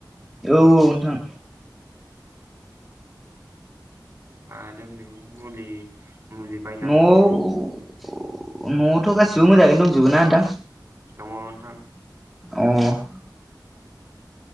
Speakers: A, in the centre; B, on the right.
A: औ औ नोंथां।
B: आरो बेनि मुलि मुलि बायनांगौ
A: न'आव- न'आवथ' गासिबो मोजाङैनो दंजोबो ना नोंथां?
B: दङ नोंथां
A: अह।